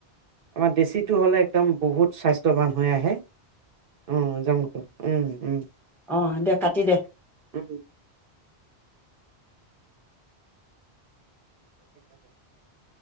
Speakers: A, on the right; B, in the centre.
A: আমাৰ দেশীটো হ'লে একদম বহুত স্বাস্থ্যৱান- হৈ আহে। অ' জংঘল। উম উম,
B: অ', দে কাটি দে।
A: উম। <unintelligible>